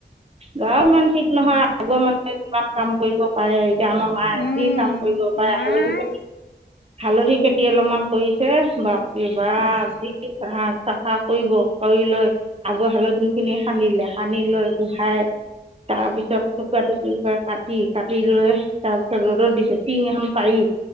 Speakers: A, on the right (about 35°); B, on the left (about 70°).
A: গাঁৱৰ ইমান ঠিক নহয় আগৰ মানুহে কিমান কাম কৰিব পাৰে এতিয়া আমাৰ মায়ে
B: উম
A: যি কাম কৰিব পাৰে,
B: নাই
A: হালধি খেতি হালধি খেতি অলপমান কৰিছে বা বাপ ৰে বাপ
B: আহ
A: যি চাফা কৰিব কৰি লৈ আগৰ হালধি খিনি সানিলে, সানি লৈ উহাই তাৰপিছত টুকুৰা টুকুৰ কৰি কাটি, কাটি লৈ তাৰপিছত ৰ'দত দিছে। টিং এখন পাৰি